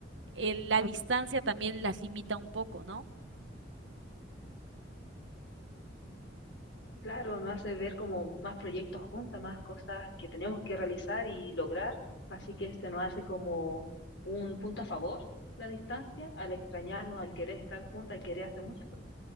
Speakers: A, on the right (about 80°); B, on the left (about 70°).
A: eh, la distancia también las limita un poco, ¿no?
B: Claro, nos hace ver como más proyectos juntas, más cosas que tenemos que realizar y lograr. Así que se nos hace como un punto a favor la distancia, al extrañarnos, al querer estar juntas, al querer hacer muchas cosas